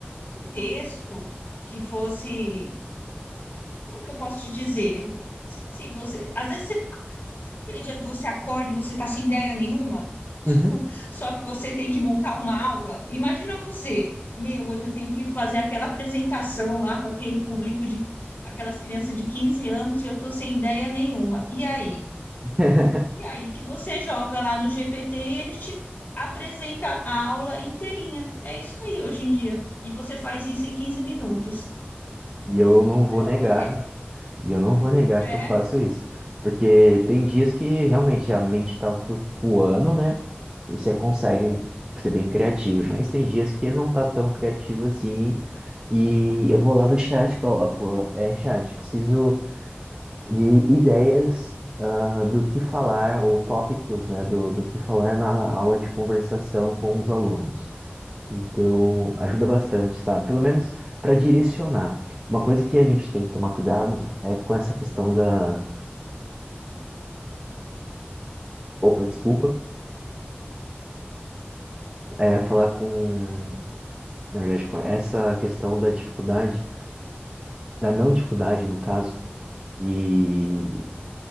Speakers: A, on the left (about 55°); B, on the right (about 25°).
A: um texto que fosse como que eu posso te dizer? Se você, às vezes você, aquele dia que você acorda e você tá sem ideia nenhuma, <laughs>
B: uhum. uhum.
A: só que você tem que montar uma aula. Imagina você, meu, hoje eu tenho que fazer aquela apresentação lá com aquele público de aquelas crianças de 15 anos e eu tô sem ideia nenhuma. E aí?
B: <laughs>
A: E aí que você joga lá no GPT e ele te apresenta a aula inteirinha. É isso aí hoje em dia. E você faz isso em 15 minutos.
B: E eu
A: Então,
B: não vou negar,
A: é,
B: e eu não vou negar
A: é
B: que eu faço isso. Porque tem dias que realmente a mente tá flutuando, né? E você consegue ser bem criativo, mas tem dias que não tá tão criativo assim. E eu vou lá no chat, e coloco, é, chat, preciso de ideias, ah, do que falar, ou tópicos, né, do, do que falar na aula de conversação com os alunos. Então, ajuda bastante, sabe? Pelo menos para direcionar. Uma coisa que a gente tem que tomar cuidado é com essa questão da. Opa, desculpa. É falar com. Na verdade, com essa questão da dificuldade, da não dificuldade, no caso, de,